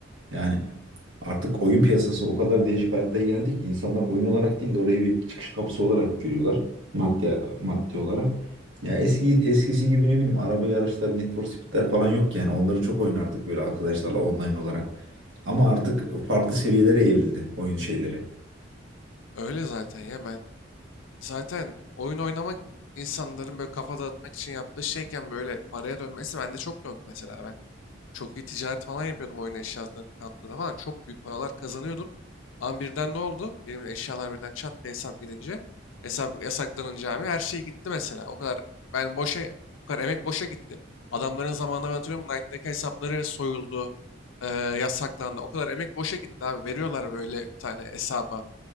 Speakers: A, on the right; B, on the left.
A: yani Artık oyun piyasası o kadar değişik hale geldi ki insanlar oyun olarak değil de orayı bir çıkış kapısı olarak görüyorlar. Maddi, maddi olarak. Ya eski eskisi gibi ne bileyim araba yarışları, Need for Speed'ler falan yok yani. Onları çok oynardık böyle arkadaşlarla online olarak. Ama artık farklı seviyelere evrildi oyun şeyleri.
B: Öyle zaten ya ben Zaten oyun oynamak insanların böyle kafa dağıtmak için yaptığı şeyken böyle paraya dönmesi bende çok döndü mesela. Ben çok iyi ticaret falan yapıyordum oyun eşyasının counter'da falan. Çok büyük paralar kazanıyordum. Ama birden ne oldu? Benim eşyalar birden çat diye hesap gidince, hesap yasaklanınca abi her şey gitti mesela. O kadar ben boşa, o kadar emek boşa gitti. Adamların zamanında ben hatırlıyorum Knight'taki hesapları soyuldu, e, yasaklandı. O kadar emek boşa gitti abi. Veriyorlar böyle bir tane hesaba